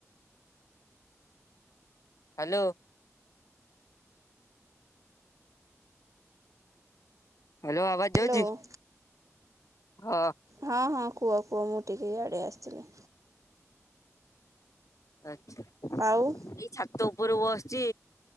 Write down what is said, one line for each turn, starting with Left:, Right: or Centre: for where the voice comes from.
Left: Hello. Hello, ଆବାଜ
Right: ହ୍ୟାଲୋ
Left: ଯାଉଛି, ହଁ?
Right: ହଁ ହଁ, କୁହ କୁହ ମୁଁ ଟିକେ ଇଆଡ଼େ ଆସିଥିଲି।
Left: ଆଚ୍ଛା!
Right: ଆଉ?
Left: ଏଇ ଛାତ ଉପରେ ବସିଛି,